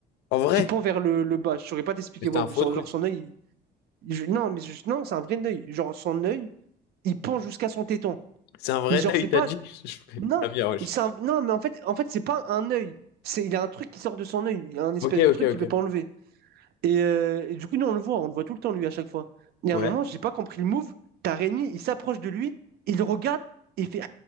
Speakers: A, on the left (about 80°); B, on the right (about 70°).
A: En vrai,
B: qui pend vers le, le bas. Je saurais pas t'expliquer.
A: Mais C'était
B: ouais,
A: un faux
B: genre,
A: truc.
B: genre, son œil, Je- non, mais je- non, c'est un vrai œil. Genre, son œil, il pend jusqu'à son téton.
A: c'est un vrai
B: Mais genre,
A: nain,
B: c'est
A: il
B: pas.
A: t'a dit. <laughs> Je fais,
B: Non,
A: Ah bien, wesh.
B: c'est un- non, mais en fait, en fait, c'est pas un œil. C'est, il y a un truc qui sort de son œil, il y a un espèce
A: Ok,
B: de truc
A: ok, ok.
B: qu'il peut pas enlever. Et, euh, et du coup, nous, on le voit, on le voit tout le temps, lui, à chaque fois. Et
A: Ouais.
B: à un moment, j'ai pas compris le move. T'as Rémi, il s'approche de lui, il le regarde, et il fait.